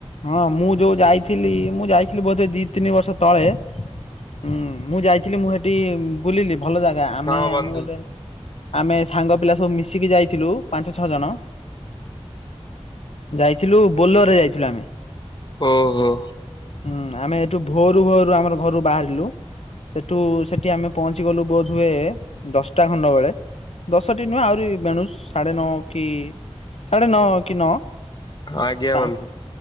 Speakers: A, on the left; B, on the left.
A: ହଁ ମୁଁ ଯଉ ଯାଇଥିଲି ମୁଁ ଯାଇଥିଲି ବୋଧେ ଦି, ତିନି ବର୍ଷ ତଳେ। ହୁଁ ମୁଁ ଯାଇଥିଲି ମୁଁ ହେଠି ବୁଲିଲି। ଭଲ ଜାଗା ଆମେ
B: ହଁ ବନ୍ଧୁ
A: ଆମେ ଗୋଟେ ଆମେ ସାଙ୍ଗ ପିଲା ସବୁ ମିଶିକି ଯାଇଥିଲୁ ପାଞ୍ଚ, ଛଅ ଜଣ। ଯାଇଥିଲୁ ବୋଲରରେ ଯାଇଥିଲୁ ଆମେ।
B: ଓହଃ।
A: ହୁଁ ଆମେ ଏଠୁ ଭୋରୁ ଭୋରୁ ଆମର ଘରୁ ବାହାରିଲୁ। ସେଠୁ ସେଠି ଆମେ ପହଞ୍ଚି ଗଲୁ ବୋଧୁଏ ଦଶଟା ଖଣ୍ଡ ବେଳେ। ଦଶଟି ନୁହଁ ଆହୁରି ବେଣୁଷ୍ ସାଢେ ନଅ କି ସାଢେ ନଅ କି ନଅ
B: ଆଜ୍ଞା
A: ତା
B: ବନ୍ଧୁ।